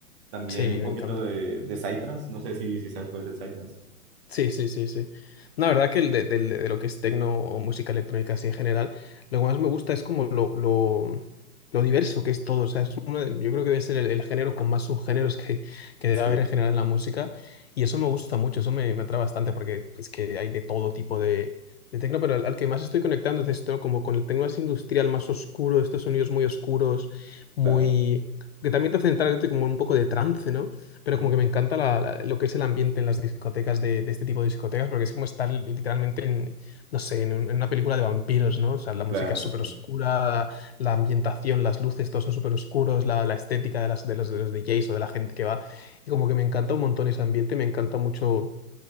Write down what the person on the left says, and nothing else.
sí,
me encanta.
Sí, sí, sí, sí. No, La verdad que el de, del- de lo que es tecno o música electrónica así en general, lo que más me gusta es como lo, lo, lo diverso que es todo. O sea, es uno de- yo creo que debe ser el, el género con más subgéneros que, que debe
haber en general en la música. Y eso me gusta mucho, eso me, me atrae bastante porque es que hay de todo tipo de, de tecno, pero al, al que más estoy conectando es esto, como con el tecno más industrial, más oscuro, estos sonidos muy oscuros, muy...
que también te hacen entrar como en un poco de trance, ¿no? pero
como que me encanta la- la- lo que es el ambiente en las discotecas de, de este tipo de discotecas, porque es como estar li- literalmente en, no sé, en, un- en una película de vampiros, ¿no? O sea, la
música es súper
oscura, la ambientación, las luces, todos son súper oscuros, la, la estética de, las, de, los, de los DJs o de la gente que va. Y como que me encanta un montón ese ambiente, me encanta mucho